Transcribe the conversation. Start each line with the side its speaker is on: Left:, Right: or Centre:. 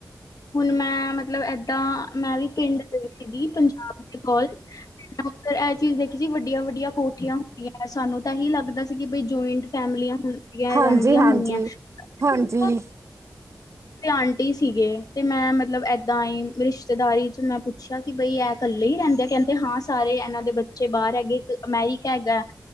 Left: ਹੁਨ ਮੈਂ ਮਤਲਬ, ਏਦਾਂ ਮੈਂ ਵੀ ਪਿੰਡ ਦੇ ਵਿਚ ਈ ਪੰਜਾਬ ਦੇ ਕੋਲ <unintelligible> ਚੀਜ ਦੇਖੀ ਜੀ, ਵੱਡੀਆਂ ਵੱਡੀਆਂ ਕੋਠੀਆਂ ਹੁੰਦੀਆਂ ਸਾਨੂੰ ਤਾਂ ਐਹੀ ਲੱਗਦਾ ਸੀ ਕਿ ਬਈ ਜੋਇੰਟ ਫੈਮਲੀਆਂ ਹੁਨ
Right: ਹਾਂਜੀ
Left: ਰੈਂਦੀਆਂ
Right: ਹਾਂਜੀ
Left: ਹੋਣੀਐ,
Right: ਹਾਂਜੀ
Left: ਪਰ ਆਂਟੀ ਸੀਗੇ ਤੇ ਮੈਂ ਮਤਲਬ ਏਦਾਂ ਈ ਰਿਸ਼ਤੇਦਾਰੀ ਚ ਮੈਂ ਪੁੱਛ ਪੁੱਛੇਆ ਕਿ ਬਈ ਐ ਕੱਲੇ ਈ ਰੈਂਦੇ, ਕੈਂਦੇ ਹਾਂ ਸਾਰੇ ਏਨਾਂ ਦੇ ਬੱਚੇ ਬਾਰ ਹੈਗੇ, ਇੱਕ ਅਮੈਰੀਕਾ ਹੈਗਾ